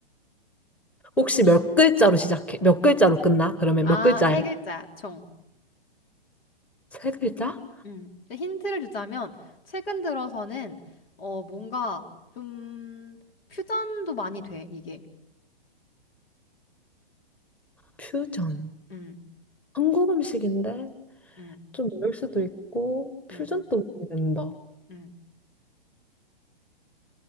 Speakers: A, in the centre; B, on the left.
A: 혹시 몇 글자로 시작해? 몇 글자로 끝나? 그러면
B: 아,
A: 몇 글자야?
B: 세 글자, 총.
A: 세 글자?
B: 음. 힌트를 주자면, 최근 들어서는, 어, 뭔가 좀, 음, 퓨전도 많이 돼, 이게.
A: 퓨전.
B: 음,
A: 한국 음식인데
B: 음,
A: 좀 어려울 수도 있고 퓨전
B: 음,
A: 또 모르겠다.
B: 음.